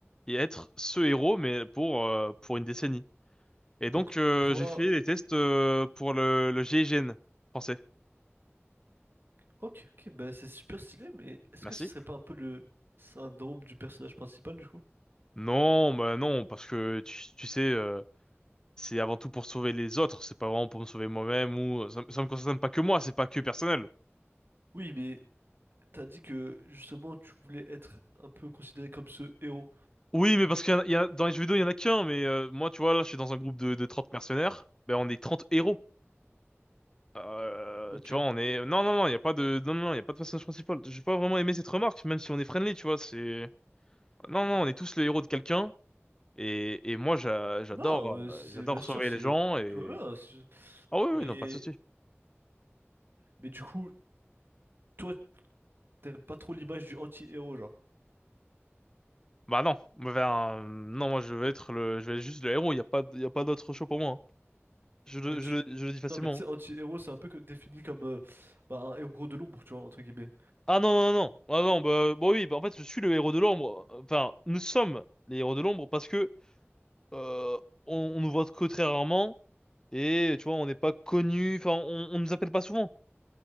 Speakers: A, on the left; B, on the right.
A: et être ce héros, mais pour, euh, pour une décennie. Et
B: Donc
A: donc, euh,
B: toi,
A: j'ai fait les tests euh, pour le, le GIGN français.
B: ok, ok, bah c'est super stylé, mais est-ce
A: Merci.
B: que ce serait pas un peu le syndrome du personnage principal du coup?
A: Non, bah non, parce que tu, tu sais, euh, c'est avant tout pour sauver les autres, c'est pas vraiment pour me sauver moi-même ou ça, ça me concerne pas que moi, c'est pas que personnel.
B: Oui, mais t'as dit que justement tu voulais être un peu considéré comme ce héros.
A: Oui, mais parce qu'il y en a, il y a- dans les jeux vidéo, il y en a qu'un, mais euh, moi, tu vois, là, je suis dans un groupe de, de 30 mercenaires, ben, on est 30 héros. Euh,
B: Ok.
A: tu vois, on est... Non, non, non, il y a pas de... Non, non, non, il y a pas de personnage principal. J'ai pas vraiment aimé cette remarque, même si on est friendly, tu vois, c'est... Non, non, on est tous les héros de quelqu'un, et, et moi, j'a- j'adore
B: Non, euh, c'est
A: euh,
B: c'est-
A: j'adore
B: bien sûr,
A: sauver
B: c'est
A: les gens, et...
B: tout va bien. c'est-
A: Ah oui,
B: Mais
A: oui, non, pas de souci.
B: Mais du coup, toi, t'aimes pas trop l'image du anti-héros, genre.
A: Bah non, ben, euh, non, moi, je vais être le... Je vais être juste le héros, il y a pas, d- il y a pas d'autre choix pour moi. hein. Je, le-
B: Mais tu-
A: je, le- je le dis facilement.
B: Non, mais tu sais,
A: hein.
B: anti-héros, c'est un peu que- défini comme euh, bah, un héros de l'ombre, tu vois, entre guillemets.
A: Ah non, non, non, Ah non, bah, bon oui, bah, en fait, je suis le héros de l'ombre. Enfin, nous sommes les héros de l'ombre parce que euh, on, on nous voit que très rarement et tu vois, on n'est pas connus, enfin, on, on nous appelle pas souvent.